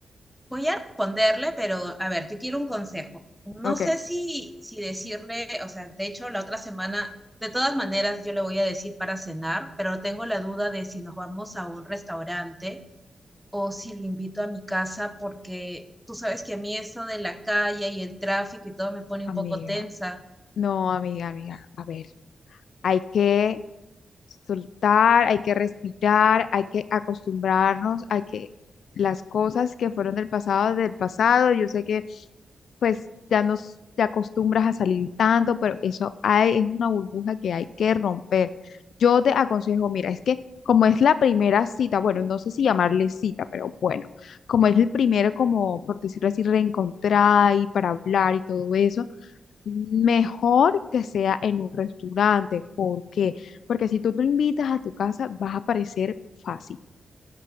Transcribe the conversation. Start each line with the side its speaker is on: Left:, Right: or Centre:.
Centre: Voy a responderle, pero a ver, yo quiero un consejo. No
Left: Ok,
Centre: sé si, si decirle, o sea, de hecho, la otra semana, de todas maneras, yo le voy a decir para cenar, pero tengo la duda de si nos vamos a un restaurante o si lo invito a mi casa, porque tú sabes que a mí eso de la calle y el tráfico y todo me pone
Left: amiga,
Centre: un poco tensa.
Left: no, amiga, amiga, a ver, hay que soltar, hay que respirar, hay que acostumbrarnos, hay que las cosas que fueron del pasado, del pasado, yo sé que pues ya nos te acostumbras a salir tanto, pero eso hay, es una burbuja que hay que romper. Yo te aconsejo, mira, es que como es la primera cita, bueno, no sé si llamarle cita, pero bueno, como es el primero, como por decirlo así, reencontrar y para hablar y todo eso. Mejor que sea en un restaurante. ¿Por qué? Porque si tú lo invitas a tu casa, vas a parecer fácil.